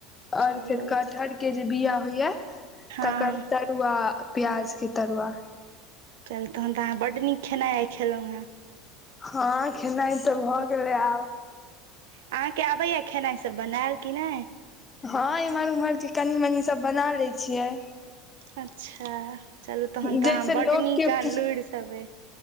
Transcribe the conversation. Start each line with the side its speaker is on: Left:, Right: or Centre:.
Left: और
Right: चलू
Left: फेर कठहर के जे बिया होइया
Right: हँ
Left: तकर तर तरुआ प्याज के तरुआ
Right: चल तहन तऽ अहाँ बड न खेनायइ खेलौॅ हेँ
Left: हँ खेनाइ तऽ भऽ गेलै आब
Right: अहाँके आबैया खेनाइ सब बनायल कि नहि
Left: हँ एम्हर उम्हर के कनी मनी सब बना ले छियै
Right: अच्छा चलू तहन
Left: जैसे
Right: तऽ अहाँ बड
Left: लोक
Right: नीक
Left: के
Right: लुुरि सभ अय